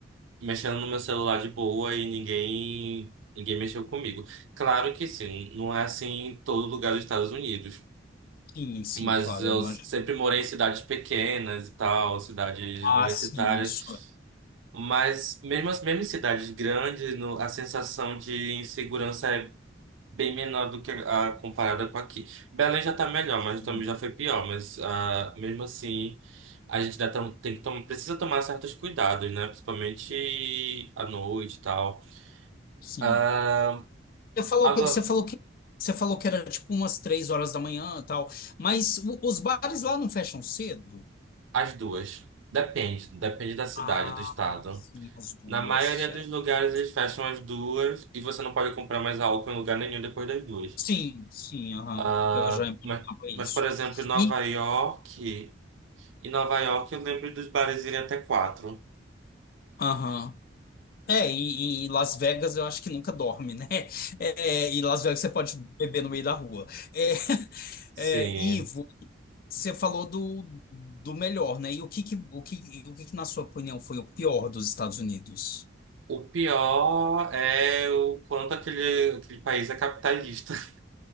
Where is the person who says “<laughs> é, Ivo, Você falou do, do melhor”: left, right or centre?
Left